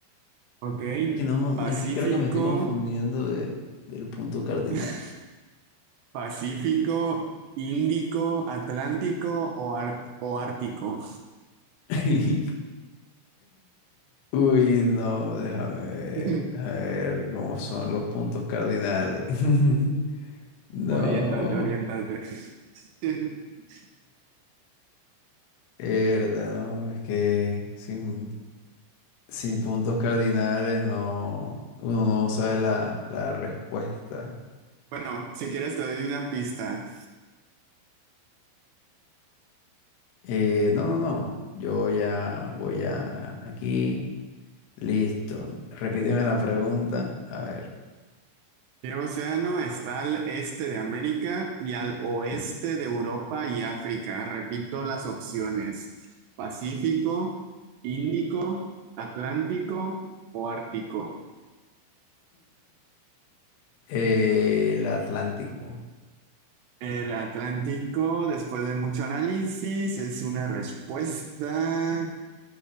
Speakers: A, on the right; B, on the left.
A: Ok.
B: Que no,
A: Pacífico,
B: es que creo que me estoy confundiendo de- del punto cardinal.
A: <laughs> Pacífico, Índico, Atlántico o, ar- o Ártico.
B: <laughs> Uy, no, déjame ver,
A: <laughs>
B: a ver cómo son los puntos cardinales. <laughs> No.
A: Oriéntate, oriéntate. <laughs>
B: Verdad, no, es que sin, sin puntos cardinales no, uno no sabe la, la respuesta.
A: Bueno, si quieres te doy una pista.
B: Eh, no, no, no, yo ya voy a aquí. Listo. Repíteme la pregunta. A ver.
A: ¿Qué océano está al este de América y al oeste
B: Ah.
A: de Europa y África? Repito las opciones. Pacífico, Índico, Atlántico o Ártico.
B: Eh, el Atlántico.
A: El Atlántico, después de mucho análisis, es una respuesta